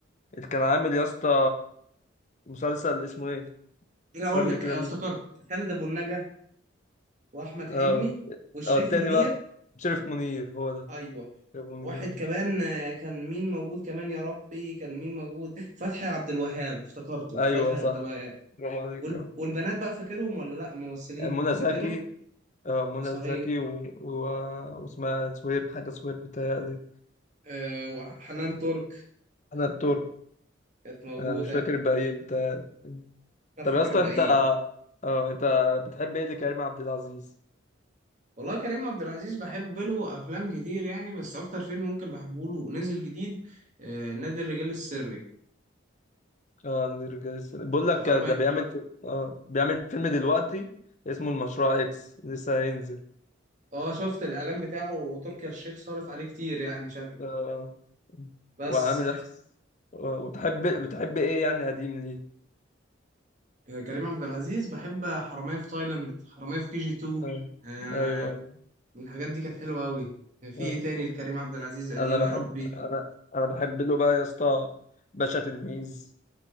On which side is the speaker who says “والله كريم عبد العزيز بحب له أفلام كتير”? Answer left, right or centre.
Right